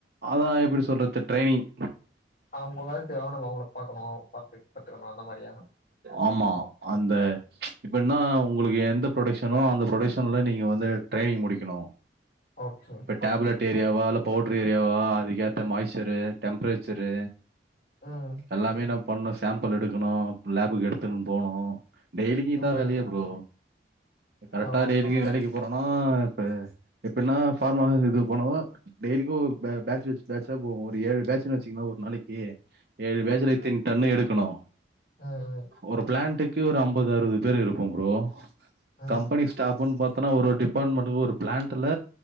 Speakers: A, on the right; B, on the left.
A: அதா எப்டி சொல்றது ட்ரெய்னிங்
B: அவங்க வர்துக்காக நம்ம அவங்கள பாக்கணு பாத்து பாத்துக்கணு அந்த மாரியா
A: ஆமா அந்த எப்பின்னா ஒங்களுக்கு எந்த ப்ரொடெக்ஷனோ அந்த ப்ரொடெக்ஷன்ல நீங்க வந்து ட்ரெய்னி்ங் முடிக்கணு
B: ஓகே
A: இப்ப டேப்லெட் ஏரியாவா இல்லை பவுட்ரு ஏரியாவா அதுக்கேத்த மாய்ச்சரு டெம்பரேச்சரு
B: ம்
A: எல்லாமே நா பண்ணும் சேம்பிள் எடுக்கணு லேபுக்கு எடுத்துன் போணு டெய்லிக்கு இதா
B: ம் ம்
A: வேலையா ப்ரோ கரெக்டா
B: ஓ
A: டெய்லிக்கு வேலைக்கு போ ஆனா இப்ப எப்பட்ன்னா ஃபார்மா அ இது போனாவா டெயலிக்கு ஒரு பேட்ச் வச் பேட்சா போவோ ஒரு ஏழு பேட்சுனு வச்சிங்கங்களே ஒரு நாளைக்கு ஏழு பேஜ்ல எத்தின் டன்ன எடுக்கணு
B: ஆ ஹ
A: ஒரு பிளாண்ட்க்கு ஒரு ஐம்பது அறுபது பேர் இருப்போ ப்ரோ
B: ம் ம்
A: கம்பெனி ஸ்டாஃப்ன்னு பாத்தனா ஒரு டிபார்ட்மெண்ட்க்கு ஒரு பிளாண்ட்ல